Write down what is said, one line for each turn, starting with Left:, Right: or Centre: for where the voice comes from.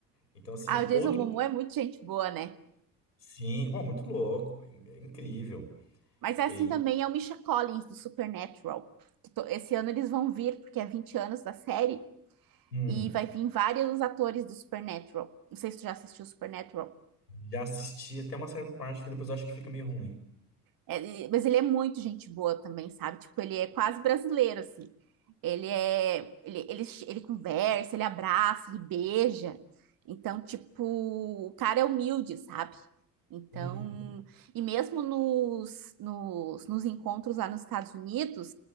Left: Então, assim,
Right: Ah, o Jason
Left: outro.
Right: Momoa é muito gente boa, né?
Left: Sim, bom, muito louco, é in- é incrível.
Right: Mas é assim
Left: E,
Right: também é o Misha Collins, do Supernatural. que to- Esse ano eles vão vir, porque é 20 anos da série,
Left: hum,
Right: e vai vir vários atores do Supernatural. Não sei se tu já assistiu Supernatural.
Left: já assisti até uma certa parte que depois eu acho que fica meio ruim.
Right: É, ele- mas ele é muito gente boa também, sabe? Tipo, ele é quase brasileiro, assim. Ele é, ele, ele, ele conversa, ele abraça, ele beija. Então, tipo, o cara é humilde, sabe? Então,
Left: Uhum.
Right: e mesmo nos, nos, nos encontros lá nos Estados Unidos,